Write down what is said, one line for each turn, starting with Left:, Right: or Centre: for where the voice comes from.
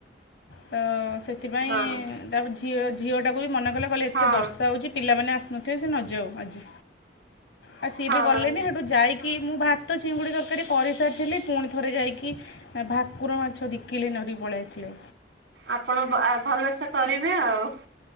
Left: ତ ସେ ସେଥିପାଇଁ
Right: ହଁ
Left: ତା ଝିଅ ଝିଅଟାକୁ ବି ମନା କଲା କହିଲେ ଏତେ
Right: ହଁ
Left: ବର୍ଷା ହେଉଛି ପିଲାମାନେ ଆସୁନା - ଥେ ସେ ନଯାଉ ଆଜି ଆଉ ସିଏ
Right: ହଁ
Left: ବି ଗଲେନି
Right: ହଁ
Left: ସେଠୁ ଯାଇକି କି ମୁଁ ଭାତ ଚିଙ୍ଗୁଡ଼ି ତରକାରୀ କରିସାରିଥିଲି ପୁଣି ଥରେ ଯାଇକି ନା ଭାକୁର ମାଛ ଦିକିଲି ଧରିକି ପଳେଇ ଆସିଲେ
Right: ଆପଣ ଭଲସେ କରିବେ ଆଉ